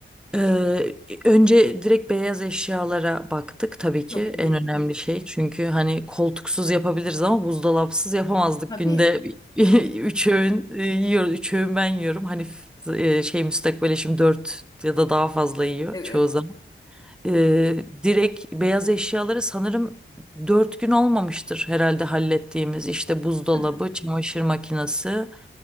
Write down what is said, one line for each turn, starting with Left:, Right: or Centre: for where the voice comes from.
Centre: Ee, önce direkt beyaz eşyalara baktık tabii ki
Left: Çok iyi.
Centre: en önemli
Left: Evet.
Centre: şey. Çünkü hani koltuksuz yapabiliriz ama buzdolapsız yapamazdık.
Left: Tabii.
Centre: Günde <laughs> üç öğün e, yiyoruz. Üç öğün ben yiyorum. Hani f- e, şey müstakbel eşim dört ya da daha fazla yiyor
Left: Evet.
Centre: çoğu zaman. Ee, direkt beyaz eşyaları sanırım dört gün olmamıştır herhalde hallettiğimiz. İşte buzdolabı,
Left: Aha.
Centre: çamaşır makinesi,